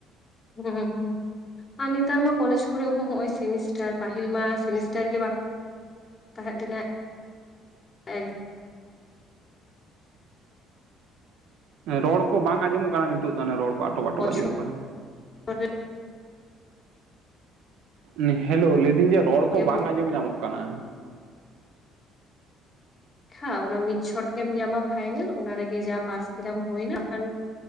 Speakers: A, on the left (about 25°); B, on the right (about 75°).
A: ᱦᱩᱸ ᱦᱩᱸ ᱟᱨ ᱱᱮᱛᱟᱨ ᱢᱟ ᱠᱚᱞᱡᱽ ᱠᱚᱨᱮ ᱦᱚᱸ ᱦᱚᱸᱜ-ᱚᱭ ᱥᱮᱢᱤᱥᱴᱟᱨ ᱯᱟᱦᱤᱞ ᱢᱟ ᱥᱮᱢᱤᱥᱴᱟᱨ ᱜᱮ ᱵᱟᱝ ᱛᱟᱦᱮᱸ ᱞᱮᱱᱟ ᱮᱠᱫᱚᱢ
B: ᱨᱚᱲ ᱠᱚ ᱵᱟᱝ ᱟᱸᱡᱚᱢᱚᱜ ᱠᱟᱱᱟ ᱱᱤᱛᱚᱜ ᱫᱚ ᱚᱱᱮ ᱨᱚᱲ ᱠᱚ ᱟᱴᱚᱠ ᱟᱴᱚᱠ
A: ᱵᱚᱪᱷᱚᱨ
B: ᱟᱸᱡᱚᱢᱚᱜ ᱠᱟᱱᱟ
A: ᱨᱮ
B: ᱦᱮᱸ ᱦᱮᱞᱳ ᱞᱟᱹᱭᱫᱟᱹᱧ ᱡᱮ ᱨᱚᱲ
A: ᱵᱟᱨᱭᱟ
B: ᱠᱚ ᱵᱟᱝ ᱟᱸᱡᱚᱢ ᱧᱟᱢᱚᱜ ᱠᱟᱱᱟ
A: ᱠᱷᱟᱞ ᱢᱟᱱᱮ ᱢᱤᱫ ᱪᱷᱚᱴ ᱜᱮᱢ ᱧᱟᱢᱟ ᱯᱷᱟᱭᱱᱮᱞ ᱚᱱᱟ ᱨᱮᱜᱮ ᱡᱟᱦᱟ ᱯᱟᱥ ᱠᱮᱫᱟᱢ ᱦᱩᱭᱱᱟ ᱠᱷᱟᱱ